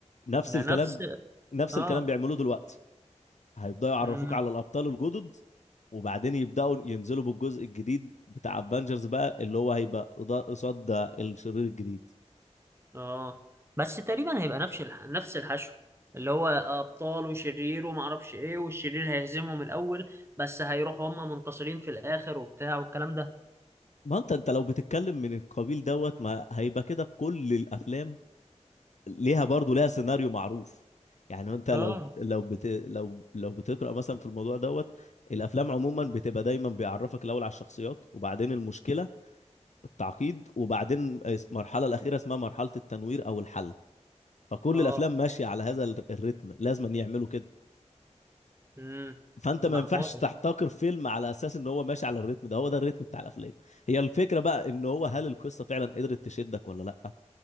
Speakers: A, on the left (about 75°); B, on the right (about 20°).
A: نفس
B: ده
A: الكلام
B: نفس
A: نفس
B: اه
A: الكلام بيعملوه دلوقتي هيبدأوا يعرفوك
B: مم.
A: على الأبطال الجدد وبعدين يبدأوا ينزلوا بالجزء الجديد بتاع افنجرز بقى اللي هو هيبقى قضاء- قصاد ده الشرير الجديد
B: اه بس تقريبا هيبقى نفس الح... نفس الحشو اللي هو ابطال وشرير وما اعرفش ايه والشرير هيهزمهم الاول بس هيروحوا هم منتصرين في الاخر وبتاع والكلام ده
A: ما انت انت لو بتتكلم من القبيل دوت ما هيبقى كده كل الافلام ليها برضو ليها سيناريو معروف يعني انت لو
B: اه
A: لو بت لو لو بتقرا مثلا في الموضوع دوت الافلام عموما بتبقى دايما بيعرفك الاول على الشخصيات وبعدين المشكله التعقيد وبعدين اس- المرحله الاخيره اسمها مرحله التنوير او الحل فكل
B: اه
A: الافلام ماشيه على هذا ال- الريتم لازم يعملوا كده
B: امم
A: فانت ما
B: ده
A: ينفعش
B: حوار
A: تحتكر فيلم على اساس ان هو ماشي على الريتم ده هو ده الريتم بتاع الافلام هي الفكره بقى ان هو هل القصه فعلا قدرت تشدك ولا لا